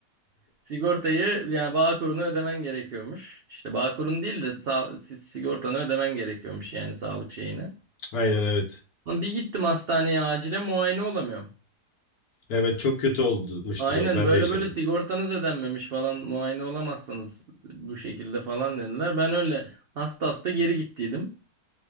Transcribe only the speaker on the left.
Aynen evet.
Evet çok kötü olmuştur
o. Ben
de yaşadım.